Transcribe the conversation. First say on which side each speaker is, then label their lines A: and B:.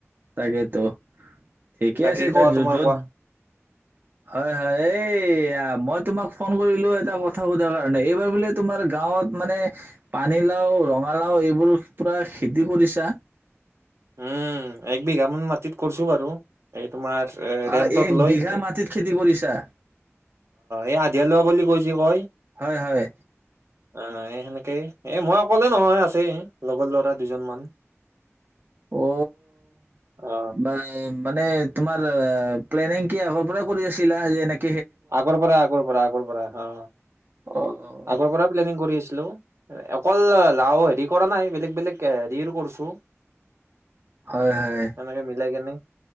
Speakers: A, on the right; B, on the right.
A: তাকেতো ঠিকে
B: বাকী
A: আছে এতিয়া
B: কোৱা
A: য
B: তোমাৰ
A: যত
B: কোৱা
A: হয় হয় এই মই তোমাক ফোন কৰিলো এটা কথা সোধাৰ কাৰণে এইবাৰ বোলে তোমাৰ গাঁৱত মানে পানীলাও ৰঙালাও এইবোৰ পুৰা খেতি কৰিছা
B: উম এক বিঘা মান মাটিত কৰিছো বাৰু এই তোমাৰ
A: আহ
B: ৰেটত
A: এক
B: লৈ
A: বিঘা মাটিত খেতি কৰিছা
B: এ অ দেল বুলি কৈছে কয়
A: হয় হয়
B: অ এই সেনেকেই এ মই অকলে নহয় আছেই লগৰ ল'ৰা দুজন মান
A: অ
B: অ
A: বা মানে তুম মাৰ প্লেনিং কি আগৰ পৰা কৰি আছিলা যে এ
B: আগৰ পৰা আগৰ পৰা আগৰ পৰা অ
A: অ', অ',
B: আগৰ পৰা প্লেনিং কৰি আছলো। অকল লাও হেৰি কৰা নাই বেলেগ বেলেগ হেৰি কৰছো।
A: হয়, হয়,
B: এনেকে মিলাই কেনে।